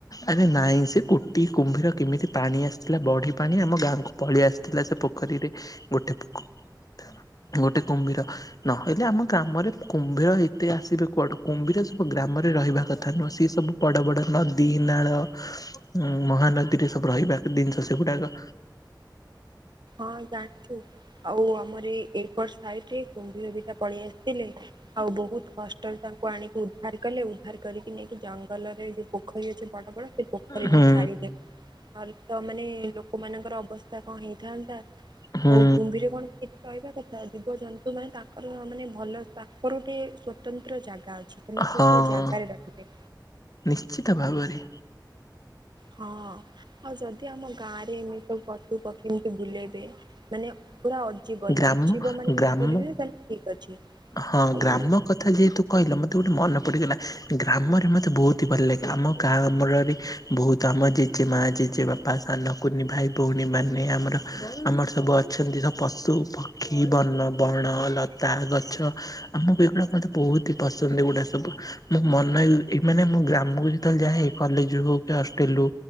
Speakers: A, on the left; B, on the right.
A: ଆରେ ନାଇଁ ସେ ଗୋଟିଏ କୁମ୍ଭୀର କେମିତି ପାଣି ଆସିଥିଲା ବଢି ପାଣି ଆମ ଗାଁକୁ ପଳେଇ ଆସି ଥିଲା ସେ ପୋଖରୀରେ ଗୋଟେ <unintelligible> ଗୋଟେ କୁମ୍ଭୀର। ନ ହେଲେ ଆମ ଗ୍ରାମରେ କୁମ୍ଭୀର ଏତେ ଆସିବେ କୁଆଡୁ। କୁମ୍ଭୀର ସବୁ ଗ୍ରାମରେ ରହିବା କଥା ନୁହଁ ସିଏ ସବୁ ବଡ ବଡ ନ ଦୀ ନାଳ ଉମ ମହାନଦୀରେ ସବୁ ରହିବାକ ଜିନିଷ ସେଗୁଡାକ।
B: ଅ ଜାଣିଚୁ? ଆଉ ଆମର ଏଇ ଏପଟ ସାଇଟି କୁମ୍ଭୀର ଦିଟା ପଳେଇ ଆସିଥିଲେ। ଆଉ ବହୁତ୍ କଷ୍ଟରେ ତାଙ୍କୁ ଆଣିକି ଉଦ୍ଧାର କଲେ ଉଦ୍ଧାର କରିକି ନେଇକି ଜଙ୍ଗଲରେ ଯୋଉ ପୋଖରୀ ଅଛି ବଡ ବଡ ସେ ପୋଖରୀ
A: ହୁଁ
B: ନେଇ ଛାଡିଦେ। ଖାଲିତ ମାନେ ଲୋକମାନଙ୍କର ଅବସ୍ଥା କଣ ହେଇ ଥାନ୍ତା।
A: ହୁଁ
B: ଆଉ କୁମ୍ଭୀରେ କଣ ସେଠି ରହିବା କଥା ଜୀବଜନ୍ତୁ ମାନେ ତା ଙ୍କର ମାନେ ଭଲ ତାଙ୍କର ଗୋଟେ ସ୍ଵତନ୍ତ୍ର ଜାଗା ଅଛି ସେମାନେସେ-ସେ
A: ହଁ
B: ଜାଗାରେ ରହିବେ।
A: ନିଶ୍ଚିତ ଭାବରେ।
B: ହଁ ଆଉ ଯଦି ଆମ ଗାଁରେ ଏମିତି ସବୁ ପଶୁ ପକ୍ଷୀ ଏମିତି ବୁଲେଇବେ ମାନେ ପୁରା ଅଜୀବ
A: ଗ୍ରାମ
B: ନିର୍ଜୀବ ମାନେ ଯଦି
A: ଗ୍ରାମ
B: ବୁଲିବେ ତାହେଲେ ଠିକ୍ ଅଛି।
A: ହଁ
B: ଆଉ
A: ଗ୍ରାମ କ ଥା ଯେହେତୁ କହିଲ ମତେ ଗୋଟେ ମନ ପଡିଗଲା। ଗ୍ରାମରେ ମୋତେ ବହୁତି ହି ଭଲ ଲାଗେ। ଆମ ଗାଁମ୍ରରେ ବହୁତ୍ ତମ ଜେଜେ ମାଆ ଜେଜେ ବାପା ସାନ କୁନି ଭାଇ ଭଉଣୀ ମାନେ ଆମର ଆମର ସବୁ ଅଛନ୍ତି ତ ପଶୁ ପକ୍ଷୀ ବନ ବଣ ଲତା ଗଛ ଆମକୁ ଏଗୁଡାକ ମତେ ବହୁତି ହି ପସନ୍ଦ ଏଗୁଡା ସବୁ ମୁଁ ମନ ଏମିତି ମାନେ ମୋ ଗ୍ରାମକୁ ଯେତେବେଳେ ଯାହେ କଲେଜରୁ ହୋଉ କି ହଷ୍ଟେଲରୁ